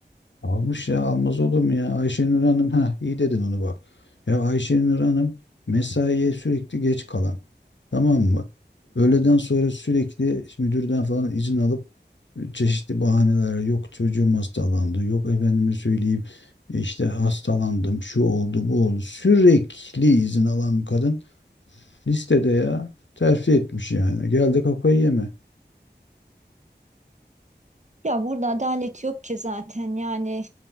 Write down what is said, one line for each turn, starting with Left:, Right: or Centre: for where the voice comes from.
Left: Almış ya almaz olur mu ya? Ayşenur Hanım ha iyi dedin onu bak. Ya Ayşenur Hanım mesaiye sürekli geç kalan. Tamam mı? Öğleden sonra sürekli müdürden falan izin alıp çeşitli bahaneler yok çocuğum hastalandı yok efendime söyleyeyim işte hastalandım şu oldu bu oldu sürekli izin alan bir kadın listede ya terfi etmiş yani geldi kafayı yeme
Right: Ya burada adalet yok ki zaten yani